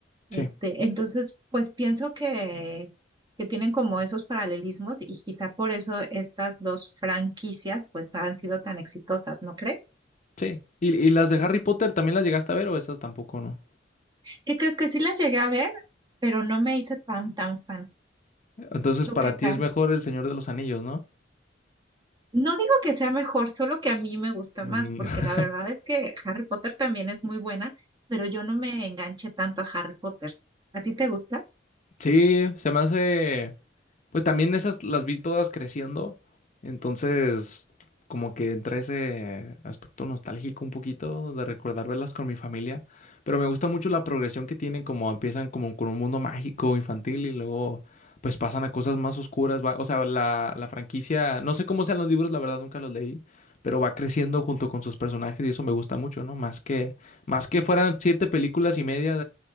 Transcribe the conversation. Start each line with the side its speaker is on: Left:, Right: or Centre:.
Right: este,
Left: sí,
Right: entonces pues pienso que, que tienen como esos paralelismos y quizá por eso estas dos franquicias pues han sido tan exitosas, ¿no crees?
Left: sí. ¿Y, y las de Harry Potter también las llegaste a ver o esas tampoco no?
Right: ¿Qué crees que sí las llegué a ver? Pero no me hice tan, tan fan.
Left: Entonces,
Right: ¿Tú
Left: para
Right: qué tal?
Left: ti es mejor El Señor de los Anillos, ¿no?
Right: No digo que sea mejor, solo que a mí me gusta
Left: <laughs>
Right: más, porque la verdad es que Harry Potter también es muy buena, pero yo no me enganché tanto a Harry Potter. ¿A ti te gusta?
Left: Sí, se me hace, pues también esas las vi todas creciendo, entonces como que entra ese aspecto nostálgico un poquito de recordar verlas con mi familia, pero me gusta mucho la progresión que tienen, como empiezan como con un mundo mágico infantil y luego pues pasan a cosas más oscuras, va- o sea, la, la franquicia, no sé cómo sean los libros, la verdad nunca los leí, pero va creciendo junto con sus personajes y eso me gusta mucho, ¿no? Más que, más que fueran siete películas y media